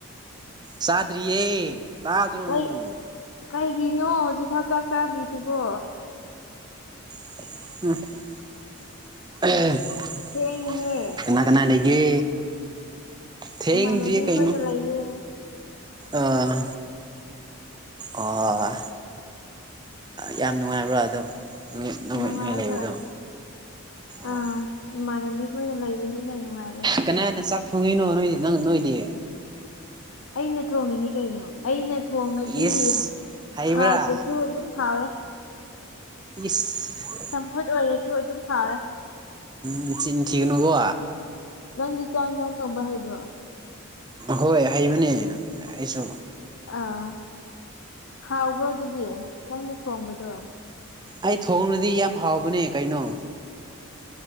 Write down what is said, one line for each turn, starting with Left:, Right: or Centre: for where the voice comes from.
Right: ꯆꯥꯗ꯭ꯔꯤꯌꯦ ꯇꯥꯗ꯭ꯔꯣ
Left: ꯀꯩ
Right: ꯅꯪꯕꯨ
Left: ꯀꯩꯒꯤꯅꯣ ꯍꯧꯖꯤꯛꯐꯥꯎ ꯆꯥꯛ ꯆꯥꯗ꯭ꯔꯤꯁꯤꯕꯣ
Right: <unintelligible>
Left: ꯊꯦꯡꯉꯤꯍꯦ
Right: ꯀꯅꯥ ꯀꯅꯥ ꯂꯩꯒꯦ ꯊꯦꯡꯗ꯭ꯔꯤꯌꯦ
Left: ꯏꯃꯥꯟꯅꯕꯤ
Right: ꯀꯩꯅꯣ
Left: ꯍꯣꯏꯒ ꯂꯩꯌꯦ
Right: ꯑꯥ ꯑꯣ ꯌꯥꯝ ꯅꯨꯡꯉꯥꯏꯕ꯭ꯔꯥ ꯑꯗꯣ ꯅꯣꯏ ꯅꯣꯏ
Left: ꯅꯨꯡꯉꯥꯏ
Right: ꯅꯣꯏ ꯂꯩꯕꯗꯣ
Left: ꯍꯣꯏ ꯑꯥ
Right: ꯑꯣ
Left: ꯏꯃꯥꯟꯅꯕꯤ ꯈꯣꯏꯒ ꯂꯩꯕꯅꯤꯅ ꯅꯨꯡꯉꯥꯏꯌꯦ
Right: ꯀꯅꯥꯅ ꯆꯥꯛ ꯊꯣꯡꯉꯤꯅꯣ ꯅꯣꯏ ꯅꯪ ꯅꯣꯏꯗꯤ
Left: ꯑꯩꯅ ꯊꯣꯡꯉꯤꯅꯤ ꯀꯩꯅꯣ ꯑꯩꯅ ꯊꯣꯡꯉꯗꯤ
Right: ꯏꯁ ꯍꯩꯕ꯭ꯔꯥ
Left: ꯍꯥꯎꯗ꯭ꯔꯁꯨ ꯑꯗꯨꯝ ꯍꯥꯎꯔꯦ
Right: ꯏꯁ
Left: ꯆꯝꯐꯨꯠ ꯑꯣꯏꯔꯁꯨ ꯑꯗꯨꯝ ꯍꯥꯎꯔꯦ
Right: ꯅꯆꯤꯟ ꯊꯒꯅꯨꯀꯣ
Left: ꯅꯪꯗꯤ ꯆꯥꯛ ꯏꯟꯖꯥꯡ ꯊꯣꯡꯕ ꯍꯩꯕ꯭ꯔꯣ
Right: ꯍꯣꯏ ꯍꯩꯕꯅꯦ ꯑꯩꯁꯨ
Left: ꯑꯥ ꯍꯥꯎꯕ꯭ꯔꯣ ꯑꯗꯨꯗꯤ ꯅꯪꯅ ꯊꯣꯡꯕꯗꯣ
Right: ꯑꯩ ꯊꯣꯡꯔꯗꯤ ꯌꯥꯝ ꯍꯥꯎꯕꯅꯦ ꯀꯩꯅꯣ